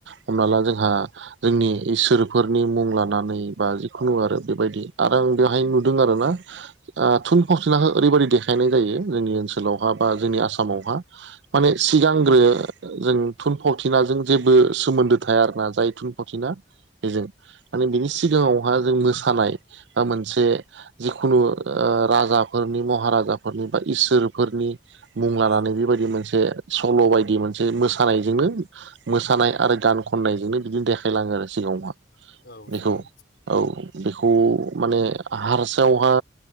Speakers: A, on the right; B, on the left.
A: हमना ला जोंहा जोंनि इसोरफोरनि मुं लानानै बा जिखुनु आरो बेबायदि आरो आं बेहाय नुदों आरो ना ओ थुनफावथिनाखौ ओरैबायदि देखायनाय जायो जोंनि ओनसोलावहा बा जोंनि आसामावहा माने सिगांग्रो जों थुनफावथिनाजों जेबो सोमोन्दो थाया आरो ना जाय थुनफावथिना। बेजों माने बिनि सिगाङावहा जों मोसानाय बा मोनसे जिखुनु ओ राजाफोरनि महाराजाफोरनि बा इसोरफोरनि मुं लानानै
B: औ
A: बेबायदि मोनसे सल' बायदि मोनसे मोसानायजोंनो। मोसानाय आरो गान खननायजोंनो बिदिनो देखायलाङो आरो सिगाङावहा
B: औ
A: बेखौ
B: नंगौ।
A: औ बेखौ माने हारसायावहा